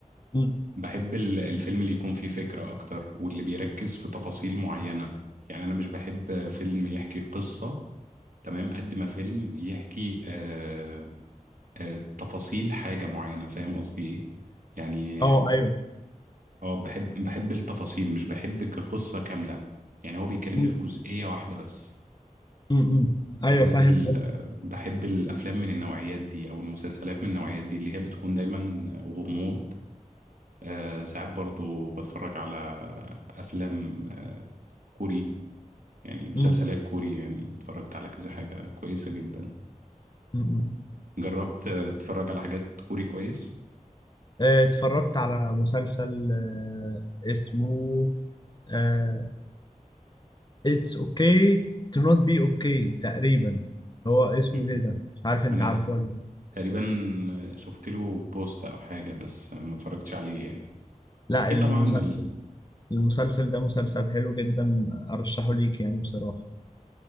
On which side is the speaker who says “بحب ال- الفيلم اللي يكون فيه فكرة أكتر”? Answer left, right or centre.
Right